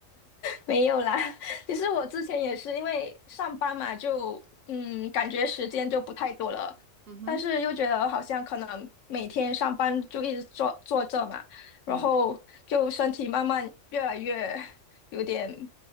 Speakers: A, on the left; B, on the right.
A: 没有啦。<laughs> 其实我之前也是因为上班嘛，就嗯，感觉时间就不太多了，
B: 嗯哼，
A: 但是又觉得好像可能每天上班就一直坐坐这嘛，然后就身体慢慢越来越
B: 嗯，
A: 有点